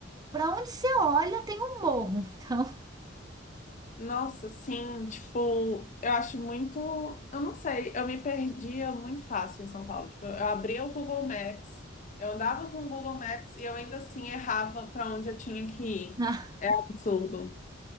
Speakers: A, on the right; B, on the left.
A: pra onde você olha, tem um morro. Então.
B: Nossa, sim, tipo, eu acho muito. Eu não sei, eu me perdia muito fácil em São Paulo. Tipo, eu abria o Google Maps, eu andava com o Google Maps e eu ainda assim errava para onde eu tinha que ir.
A: <laughs>
B: É absurdo.